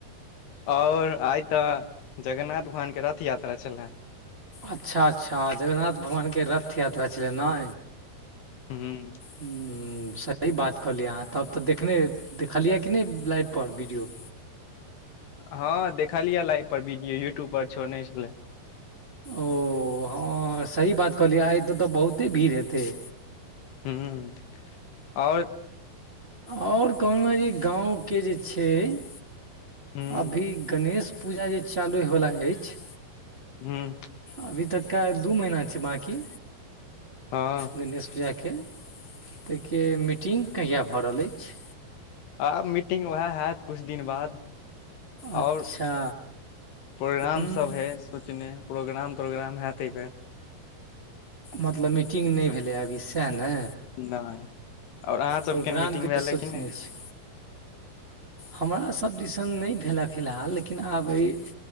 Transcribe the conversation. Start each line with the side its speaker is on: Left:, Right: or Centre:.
Left: ओर आइ त जगन्नाथ भगवानके रथ यात्रा छलए।
Right: अच्छा -अच्छा जगन्नाथ भगवानके रथ यात्रा छलै नै।
Left: हूं।
Right: हूं सही बात कहलियै अहाँ, तब तऽ देखने- देखलियै कि नै लाइव पर वीडियो।
Left: हँ देखलियै लाइव पर वीडियो यूट्यूब पर छोड़ने छले।
Right: ओ हँ सही बात कहलियै, आइ तऽ ओतऽ बहुते भीड़ हेतै।
Left: हूं ओर।
Right: और कमल जी जे गाँवके जे छै
Left: ह
Right: अभी गणेश पूजा जे चालू होय वाला अइछ
Left: हूं
Right: अभी तक दू महीना छै बाँकी।
Left: हँ।
Right: गणेश पूजाके ताहिके मिटिंग कहिया भऽ रहल अछि?
Left: आब मीटिंग वेह हैत किछु दिन बाद। और
Right: अच्छा।
Left: प्रोग्राम
Right: हूँ
Left: सब हे सोचने प्रोग्राम- तोग्राम हैत एऽ बेर।
Right: मतलब मीटिंग नै भेलै आब इ सैह ने।
Left: नै ओर अहाँ
Right: प्रोग्रामके
Left: सबके मीटिंग भेलै
Right: सोचने
Left: कि नै?
Right: छी हमरा सभ दिसन नहि भेलए फिलहाल लेकिन आब अइ